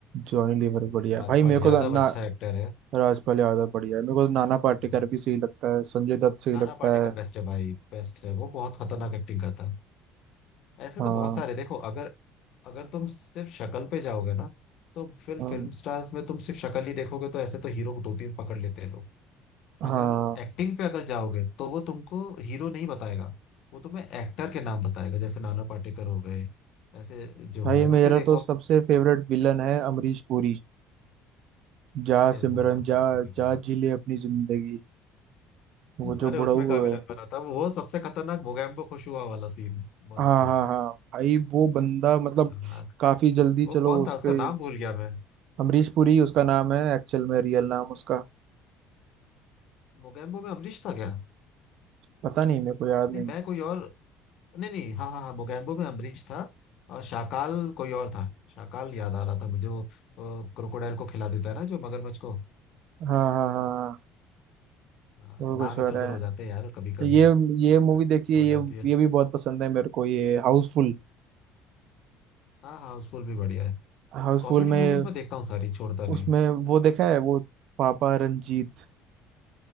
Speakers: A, on the right; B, on the left.
A: जॉनी लीवर बढ़िया
B: फिर
A: है।
B: राजपाल
A: भाई मेरे को
B: यादव
A: तो ना
B: अच्छा एक्टर है
A: राजपाल यादव बढ़िया है मेरे को तो नाना पाटेकर
B: हाँ।
A: भी सही लगता है संजय दत्त सही
B: नाना
A: लगता
B: पाटेकर
A: है
B: बेस्ट है भाई बेस्ट है वो बहुत खतरनाक एक्टिंग करता है ऐसे
A: हाँ
B: तो बहुत सारे देखो अगर अगर तुम सिर्फ शक्ल पे जाओगे ना तो फिर
A: हाँ
B: फिल्म स्टार्स में तुम सिर्फ शक्ल ही देखोगे तो ऐसे तो हीरो को दो तीन पकड़ लेते हैं लोग
A: हाँ
B: मगर एक्टिंग पे अगर जाओगे तो वो तुमको हीरो नहीं बताएगा वो तुम्हें एक्टर के नाम बताएगा जैसे नाना पाटेकर हो गए ऐसे जो
A: भाई
B: हो गए
A: मेरा
B: ना फिर एक
A: तो
B: और
A: सबसे फेवरेट विलन है अमरीश पुरी जा
B: अरे
A: सिमरन
B: वो खतरनाक
A: जा
B: है यार।
A: जा जी ले अपनी जिंदगी वो
B: <laughs> अरे
A: जो बुढ़ऊ
B: उसमें का विलन
A: है
B: बना था वो वो सबसे खतरनाक मोगैम्बो खुश हुआ वाला सीन मस्त
A: हाँ हाँ हाँ भाई वो बंदा मतलब
B: खतरनाक
A: काफी जल्दी
B: वो
A: चलो
B: कौन
A: उसके
B: था उसका नाम भूल गया मैं
A: अमरीश पुरी उसका नाम है एक्चुअल में रियल नाम उसका
B: मोगेम्बो में अमरीश था क्या
A: पता नहीं मेरे को याद
B: नहीं
A: नहीं
B: मैं कोई और नहीं नहीं हाँ हाँ हाँ मोगेम्बो में अमरीश था और शाकाल कोई और था शाकाल याद आ रहा था मुझे वो क्रोकोडाइल को खिला देता है ना जो मगरमच्छ को
A: हाँ हाँ हाँ हाँ,
B: अ,
A: वो कुछ
B: नाम
A: और
B: इधर उधर
A: है
B: हो जाते हैं यार कभी कभी
A: तो ये
B: <laughs>
A: ये मूवी
B: कभी
A: देखिए
B: हो
A: ये
B: जाती है
A: ये भी बहुत पसंद है मेरे को ये हाउसफुल
B: हाँ हाँ हाउसफुल भी बढ़िया है
A: हाउसफुल
B: कॉमेडी मूवीज
A: में
B: में देखता हूँ सारी छोड़ता नहीं
A: उसमें वो देखा है वो पापा रंजीत